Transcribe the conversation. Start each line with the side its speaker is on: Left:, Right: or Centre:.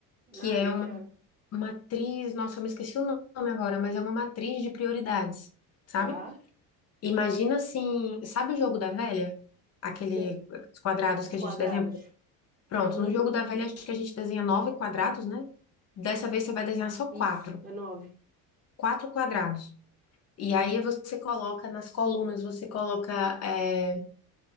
Left: que
Right: Ah,
Left: é
Right: eu
Left: uma
Right: quero.
Left: matriz, nossa, eu me esqueci o nome agora, mas é uma matriz de prioridades, sabe?
Right: Tá,
Left: Imagina assim, sabe o jogo da velha? Aquele
Right: sei.
Left: os quadrados
Right: Os
Left: que
Right: quadrados.
Left: a gente desenha. Pronto,
Right: Uhum,
Left: no jogo da velha acho que a gente desenha nove quadrados, né? Dessa vez você vai desenhar só
Right: isso,
Left: quatro,
Right: é nove.
Left: quatro quadrados. E aí você coloca nas colunas, você coloca é,